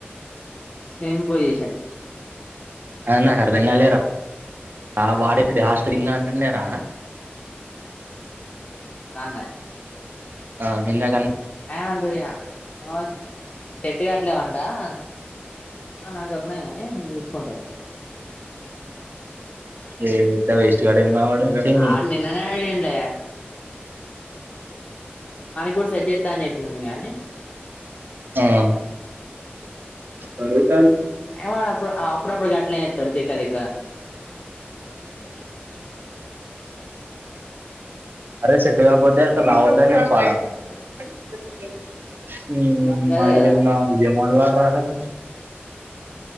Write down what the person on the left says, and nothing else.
సేమ్ పొజిషన్
అన్నా
ఏమంటుంది ఇగ <unintelligible> చెట్టు కావట్లేవంట ఆ న దగ్గర ఉన్నాయి గానీ నేను చూసుకుంటాను
ఆ నిన్ననే అయిండే కూడా సెట్ చేత్తా అని చెప్పిన నేను గాని
వాడు అప్పుడు అప్పుడప్పుడు గట్లనే చేత్తాడు తిక్క తిక్క
గదే కదా